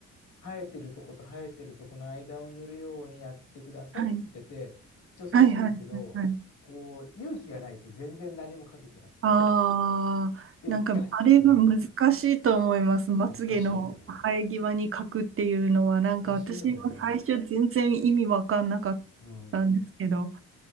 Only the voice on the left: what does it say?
生えてるとこと生えてるとこの間を塗るようにやってくださいって言ってて、
一応そうするんですけど、
こう、勇気がないと全然何もかけてなくて。
で、
ガッ、うん、
難しいよね。
難しいよね。うん、